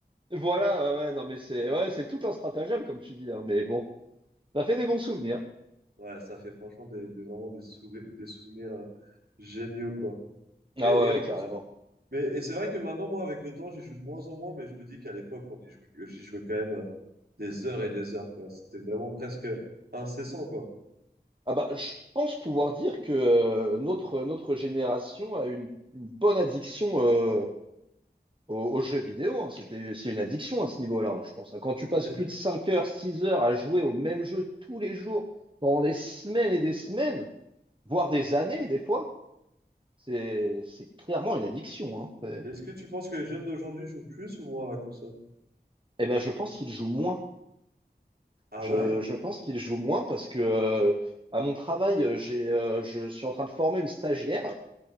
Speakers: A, on the right; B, on the right.
A: Voilà, ouais, ouais, non, mais c'est, ouais, c'est tout un stratagème, comme tu dis, hein, mais bon, ça fait des bons souvenirs.
B: Ouais, ça fait franchement des, des- vraiment des, souri- des souvenirs euh, géniaux, quoi. Et,
A: Ah
B: et,
A: ouais, ouais,
B: en-
A: carrément.
B: mais, et c'est vrai que maintenant, moi, avec le temps, j'y joue de moins en moins, mais je me dis qu'à l'époque, on y jouait, j'y jouais quand même euh, des heures et des heures, quoi. C'était vraiment presque incessant, quoi.
A: Ah bah, je pense pouvoir dire que euh, notre, notre génération a une, une bonne addiction, euh, Au- aux, jeux vidéo, hein, c'était, c'est une addiction à ce niveau-là, hein, je pense. hein. Quand tu passes
B: Et-
A: plus de 5 heures, 6 heures à jouer au même jeu tous les jours, pendant des semaines et des semaines, voire des années, des fois, c'est, c'est clairement une addiction. Hein. C'est-
B: Est-ce que tu penses que les jeunes d'aujourd'hui jouent plus ou moins à la console?
A: Eh ben, je pense qu'il joue moins.
B: Ah
A: Je,
B: ouais?
A: je pense qu'il joue moins parce que, euh, à mon travail, euh, j'ai, euh, je suis en train de former une stagiaire